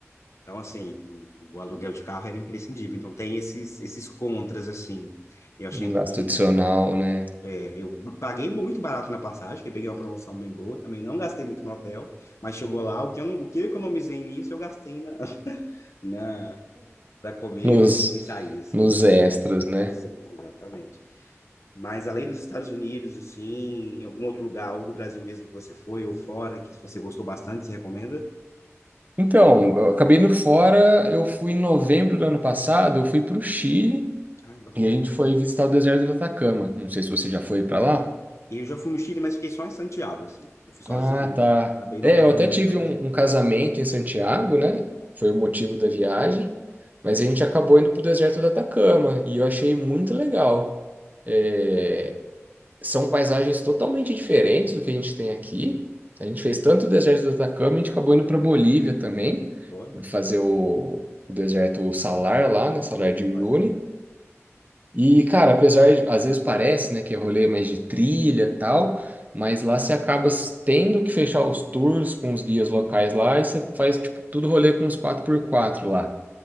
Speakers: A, on the left; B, on the right.
A: Então, assim, o aluguel de carro era imprescindível. Então, tem esses, esses contras, assim. Eu achei
B: Um
A: um pouquinho.
B: gasto adicional, né?
A: é, eu paguei muito barato na passagem, que eu peguei uma promoção bem boa também. Não gastei muito no hotel, mas chegou lá, o que eu, não, o que eu economizei nisso, eu gastei na, <laughs> na, para comer,
B: Nos,
A: beber e sair, assim.
B: nos extras, né?
A: Nos exatamente. Mas além dos Estados Unidos, assim, em algum outro lugar, ou do Brasil mesmo que você foi, ou fora, que você gostou bastante, você recomenda?
B: Então, eu acabei indo fora, eu fui em novembro do ano passado, eu fui para o Chile
A: Ai, bacana.
B: e a gente foi visitar o deserto do Atacama. Não sei se você já foi para lá.
A: Eu já fui no Chile, mas fiquei só em Santiago, assim. Eu fui sozinho,
B: Ah, tá.
A: acabei
B: É,
A: não fazendo
B: eu até
A: muita
B: tive
A: coisa.
B: um, um casamento em Santiago, né? Foi o motivo da viagem, mas a gente acabou indo para o deserto do Atacama e eu achei muito legal. É, são paisagens totalmente diferentes do que a gente tem aqui. A gente fez tanto o deserto do Atacama, a gente acabou indo para Bolívia também,
A: Olha,
B: fazer o, o deserto Salar lá, né? Salar de Uyuni.
A: olha aí.
B: E, cara, apesar de, às vezes parece, né, que é rolê mais de trilha e tal, mas lá você acaba tendo que fechar os tours com os guias locais lá e você faz, tipo, tudo rolê com os quatro por quatro lá.